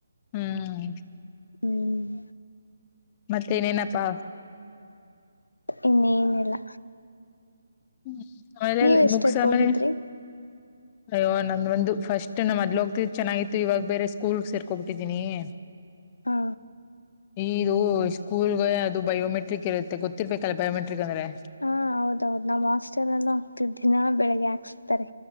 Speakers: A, on the left; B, on the left.
A: ಹ್ಮ್
B: ಹ್ಮ್
A: ಮತ್ತೆೇನೇನಪ್ಪಾ
B: ಇನ್ನೇಏನಿಲ್ಲ
A: ಹ್ಮ್ ಮನೇಲಿ
B: ನೀವ್ ಎಷ್ಟೊತ್
A: ಮುುಕ್ಸಮೇಲ
B: ಹೋಗಿದ್ರಿ
A: ಅಯ್ಯೋ ನಂಗ್ ಒಂದು ಫಸ್ಟ್ ನಾ ಮೊದ್ ಹೋಗ್ತಿದ್ ಚೆನ್ನಾಗಿತ್ತು ಇವಾಗ ಬೇರೆ ಸ್ಕೂಲ್ ಸೇರ್ಕೊಬಿಟ್ಟಿದ್ದೀನಿ <unintelligible>
B: ಹಾ
A: ಇದು ಸ್ಕೂಲ್ಗೆ ಅದು ಬಯೋಮೆಟ್ರಿಕ್ ಇರುತ್ತೆ ಗೊತ್ತಿರ್ಬೇಕಲ್ಲ ಬಯೋಮೆಟ್ರಿಕ್ ಅಂದ್ರೆ
B: ಹಾ ಹೌದೌದು ನಮ್ ಹಾಸ್ಟೆಲ್ ಮೊಸರನ್ನ ಹಾಕ್ತಿರ್ ದಿನ ಬೆಳಗ್ಗೆ ಹಾಕ್ತಾರೆ